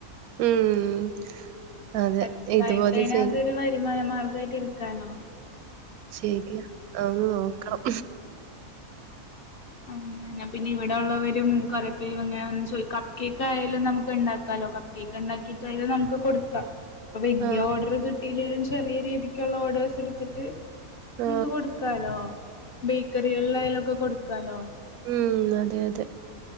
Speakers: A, on the right; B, on the left.
A: ഉം. അതെ.
B: സക്സസ്
A: ഇതുപോലെ
B: ആയിക്കഴിഞ്ഞ
A: ചെയ്ത്
B: അതൊരു വരുമാന മാർഗായിട്ട് എട്ക്കാലോ?
A: ശരിയാ അതൊന്ന് നോക്കണം.
B: അങ്ങനെ പിന്നെ ഇവിടെ ഉള്ളവരും കുറെ പേര് വന്ന് ചോയിക്ക കപ്പ് കേക്ക് ആയാലും നമുക്ക് ഇണ്ടാക്കാല്ലോ കപ്പ് കേക്ക് ഇണ്ടാക്കിട്ടായാലും നമുക്ക് കൊട്ക്കാം. ഇപ്പ വല്ലൃ
A: ആ
B: ഓർഡർ കിട്ടിയില്ലെലും ചെറിയ രീതിക്ക്ള്ള ഓഡേഴ്സ്. ത്തിട്ട്
A: ആ
B: ഇങ്ങക്ക് കൊടുക്കാലോ ബേക്കറികളിലായാലൊക്കെ കൊട്ക്കാലോ.
A: ഉം അതെ അതെ.